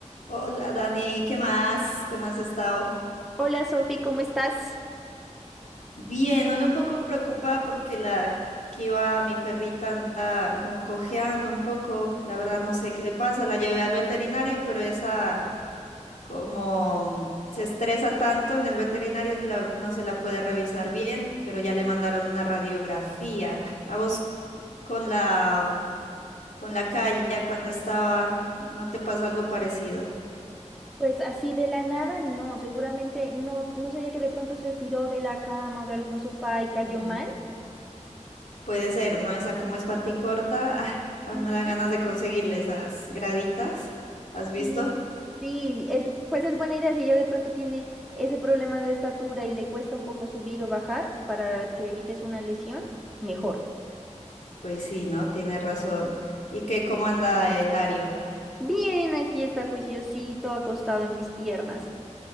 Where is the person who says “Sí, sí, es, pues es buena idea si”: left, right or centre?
Centre